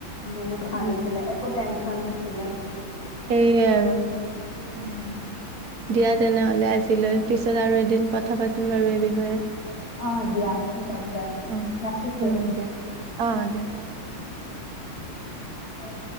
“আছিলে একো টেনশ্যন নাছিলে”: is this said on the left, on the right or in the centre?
Left